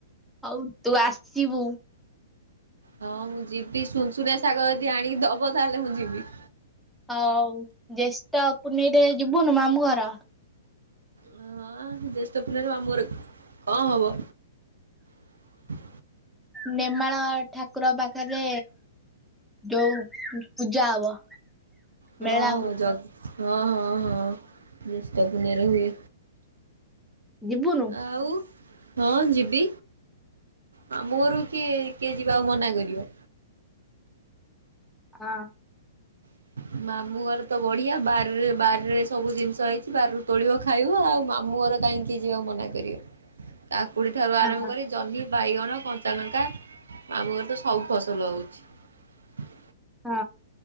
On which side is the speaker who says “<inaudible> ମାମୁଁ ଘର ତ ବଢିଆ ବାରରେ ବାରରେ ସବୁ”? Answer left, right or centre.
Right